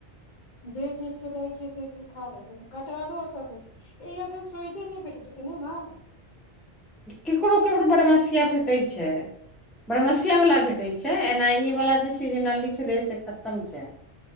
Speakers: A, on the left; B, in the centre.
A: जे चीजके जे दै छियै से चीज खा लै कटहलो एतऽ भेट ए एखन सोहि जन नहि भेटैत हेतै ने माँ
B: ककरो ककरो बरमस्या भेटै छै बरमस्यावला भेटै छै एना ईवला जे सीजनली छलै से खतम छै